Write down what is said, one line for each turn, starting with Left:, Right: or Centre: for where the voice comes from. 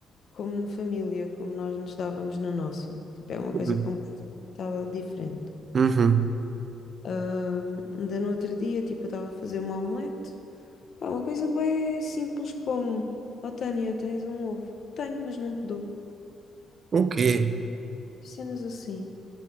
Left: como na família, como nós nos dávamos na nossa. Tipo, é uma
Right: Uhum.
Left: coisa completamente tava diferente.
Right: Uhum.
Left: Ahm, Ainda no outro dia, tipo, eu estava a fazer uma omelete, pá, uma coisa bem simples como, ó Tânia, tens um ovo? Tenho, mas não te dou.
Right: O quê?
Left: Cenas assim.